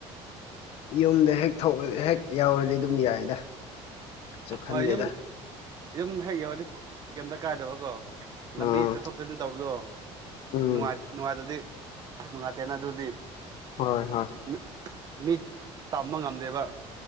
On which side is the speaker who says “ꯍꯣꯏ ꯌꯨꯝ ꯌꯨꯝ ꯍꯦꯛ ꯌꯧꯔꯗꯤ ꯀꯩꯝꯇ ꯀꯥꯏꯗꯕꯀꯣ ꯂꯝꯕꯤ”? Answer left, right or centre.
Right